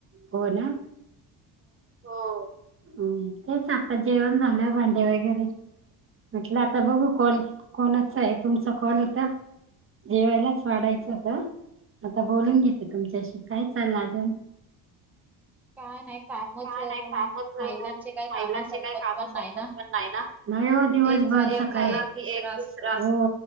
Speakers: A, on the right (about 30°); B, in the centre.
A: पडला हो तेच आता जेवण झालं भांडे वगैरे म्हटलं आता बघू कॉल कोणाचा आहे तुमचा कॉल होता जेवायलाच वाढायचं होत आता बोलून घेते तुमच्याशी काय चाललं अजन
B: काय नाही कामच
A: का
B: अं,
A: नाही कामच
B: महिलांचे काही
A: महिलांचे
B: काम संपत
A: का काम
B: पण
A: सं
B: नाही ना.
A: पण नाही ना दिव र
B: एक झाला
A: सकाला
B: की
A: एक
B: असतोच.
A: दुसरा हो